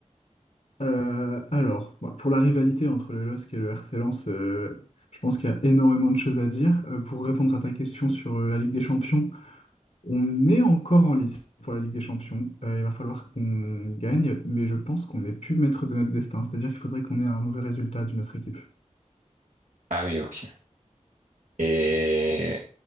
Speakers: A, on the left; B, on the right.
A: Euh, alors, bah, pour la rivalité entre le LOSC et le RC Lens, euh, je pense qu'il y a énormément de choses à dire. Euh, pour répondre à ta question sur euh, la Ligue des Champions, on est encore en lice pour la Ligue des Champions. Euh, il va falloir qu'on gagne, mais je pense qu'on n'est plus maître de notre destin. C'est-à-dire qu'il faudrait qu'on ait un mauvais résultat d'une autre équipe.
B: Ah oui, ok. Et